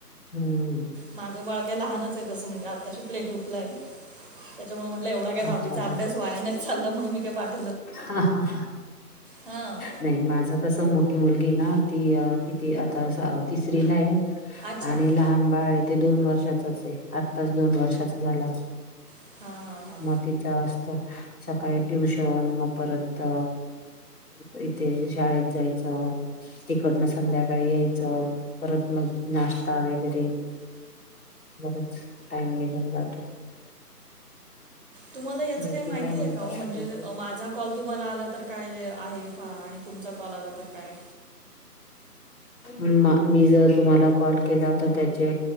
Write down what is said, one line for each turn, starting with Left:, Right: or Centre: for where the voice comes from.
Left: हम्म
Right: माझं बाळ काय लहानच आहे तसं म्हणजे, आत्ताशी प्ले ग्रुपला आहे. त्याच्यामुळे म्हटलं एवढा काय दहावीचा
Left: अच्छा
Right: अभ्यास वाया नाही चाला म्हणून मी काय पाठ
Left: हा हा हा.
Right: हां
Left: नाही माझं कसं मोठी मुलगी ना, हो ती किती आता तिसरी ला आहे.
Right: अच्छा
Left: आणि लहान बाळ आहे ते दोन वर्षाचाच आहे, आत्ताच दोन वर्षाचा झाला.
Right: हां हां हां
Left: मातीच असतं सकाळी ट्युश ण मग परत इथे, शाळेत जायचं. तिकडनं संध्याकाळी यायचं, परत मग नाश्ता वगैरे,, बराच टाइम नीघून जातो.
Right: तुम्हाला याचं
Left: बाकी
Right: काही माहिती
Left: काय म्हणतात
Right: आहे का ओ म्हणजे
Left: अजून
Right: माझा कॉल तुम्हाला आला तर काय आहे हां, आणि तुमचा कॉल आला तर काय
Left: मी जर तुम्हाला कॉल केला तर त्याचे